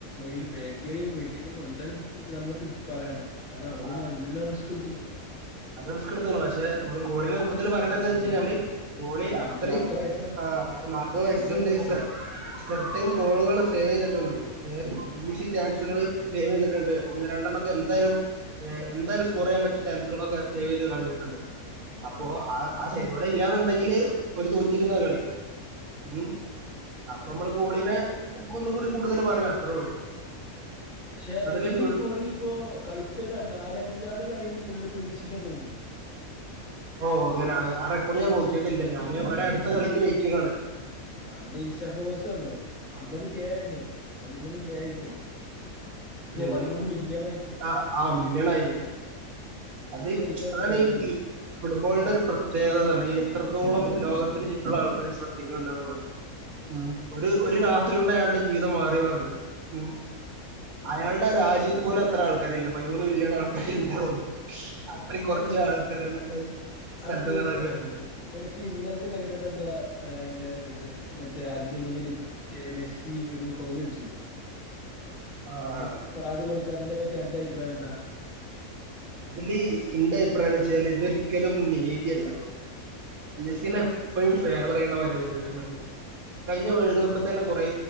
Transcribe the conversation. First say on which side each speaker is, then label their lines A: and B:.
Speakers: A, on the left; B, on the right.
A: ഈ ബാക്കേറിയയും മിഡിനും എന്താലും പൊക്കി കൊണ്ട് വരാൻ നമ്മള് പിടി പറയണം കാരണം അവര്
B: ആഹ്
A: നല്ലോണം റിസ്ക് എടുത്ത്ക്ക്ണു
B: അവര് റിസ്ക് എടുത്ത്ണ് പക്ഷേ നമ്മള് ഗോളിനെ കൂടുതല് പറയണം ന്ന് ച്ച് കഴിഞ്ഞാല് ഗോളി
A: നാപ്പതാമത്തെ
B: അത്രയും
A: വയസ്സാണ്
B: ആഹ് നാപ്പത് വയസ്സ്ണ്ട്
A: ഏജ് നമ്മൾ നോക്കണം
B: സർ സെർട്ടയിം ഗോളുകൾ സേവ് ചെയ്തിട്ടുണ്ട് ഏഹ് ഈസി ചാൻസുകളിൽ സേവ് ചെയ്തിട്ടുണ്ട് ഒന്ന് രണ്ടെണ്ണം ഒക്കെ എന്തായാലും എന്തായാലും സ്കോർ ചെയ്യാൻ പറ്റിയ ചാൻസ് ഇവിടൊക്കെ സേവ് ചെയ്ത് കാണിച്ചിട്ടുണ്ട് അപ്പോ
A: അതെ
B: ആഹ്. അത് ശരി അവള് ഇല്ലാന്നുണ്ടെങ്കില് ഓര് തോറ്റിരുന്ന കളി. ഉം
A: അതെ അതെ
B: അപ്പൊ
A: സത്യം
B: മ്മള് ഗോളീനെ ഒന്നും കൂടി കൂടുതൽ പറയും അത്രേ ഉള്ളൂ.
A: പക്ഷെ
B: അതില്
A: ഈ
B: ഫുൾ
A: ഗോളി ഇപ്പോ കളിച്ച ഒരു നാലഞ്ചാറ് കളീൽ ഫുള്ള് ക്ലീൻഷീറ്റ് തോന്നുന്നു.
B: ഓഹ് അങ്ങനെ ആഹ് റെക്കോട് ഞാൻ നോക്കിയിട്ടില്ല. ഞാന് ഓരടുത്ത കളിക്ക് വെയിറ്റിംങ്ങാണ്.
A: ആ അവന്റെ ഇൻസ്റ്റാ ഫോളോവേർസ് കണ്ടോ അമ്പത് കെ ആയിരുന്നു. പതിമൂന്ന് കെ ആയിപ്പോ. ശേ
B: ഉം
A: പതിമൂന്ന് മില്യൺ ആയിപ്പോ.
B: ആ ആ മില്യണായി അത്
A: ഒറ്റയടിക്ക് അവൻ
B: അതാണ്
A: കയറി
B: ഈ
A: വന്ന്
B: ഈ ഫുട്ബോളിന്റെ ഒരു പ്രത്യേകതതാണ് എത്രത്തോളം ലോകത്തിന് ചുറ്റുള്ള ആൾക്കാര് ശ്രദ്ധിക്കണ്ട് എന്നുള്ളത്. ഉം ഒരു ഒരു രാത്രി കൊണ്ട് അയാളുടെ ജീവിതം മാറി മറിഞ്ഞു. ഉം അയാളുടെ രാജ്യത്ത് പോലും അത്ര ആൾക്കാര് ഇല്ല പതിമൂന്ന് മില്യൺ ആൾക്കാർ ഇല്ലാതോന്നുന്നു. അത്രീം കൊറച്ച്
A: അല്ല
B: ആൾക്കാരുള്ള സ്ഥലത്തുന്നാണ്
A: അനക്ക്
B: അവര് വര്ന്ന്.
A: നിനക്ക് ഇന്നലത്തെ കളി കണ്ടിട്ട് എന്താ എന്താ അൻ്റെ ഇത് മറ്റേ അർജന്റീനന്റെ ഇതും. മറ്റേ മെസ്സി ഒരു ഫൗള് വെച്ചില്ലേ.
B: ആഹ്
A: അതിന്റെ കാഡ് കൊടുക്കാതിനെ പറ്റി എന്റെ അഭിപ്രായം എന്താ?
B: അതില് എന്റെ അഭിപ്രായം എന്ന് വെച്ചാല് ഇതൊരിക്കലും നീതിയല്ല.
A: ആ
B: മെസിനെ എപ്പോഴും ഫേവറെയ്യണ മാതി രിയാണ്കഴിഞ്ഞ വേൾഡ് കപ്പിൽ തന്നെ കൊറേ